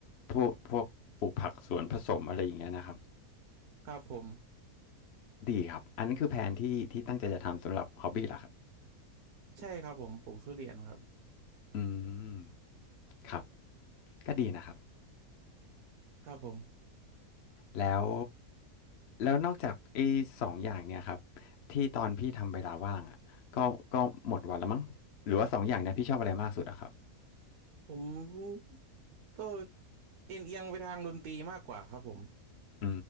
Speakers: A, on the left (about 55°); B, on the right (about 75°).
A: พวกพวกปลูกผักสวนผสมอะไรอย่างเงี้ยนะครับ
B: ครับผม
A: ดีครับอันนั้นคือแผนที่ที่ตั้งใจจะทำสำหรับฮอบบี้เหรอครับ
B: ใช่ครับผมปลูกทุเรียนครับ
A: อืมครับก็ดีนะครับ
B: ครับผม
A: แล้วแล้วนอกจากไอ้สองอย่างเนี่ยครับที่ตอนพี่ทำเวลาว่างอะก็ก็หมดวันแล้วมั้งหรือว่าสองอย่างเนี่ยพี่ชอบอะไรมากสุดอะครับ
B: ผมก็เอียงเอียงไปทางดนตรีมากกว่าครับผม
A: อื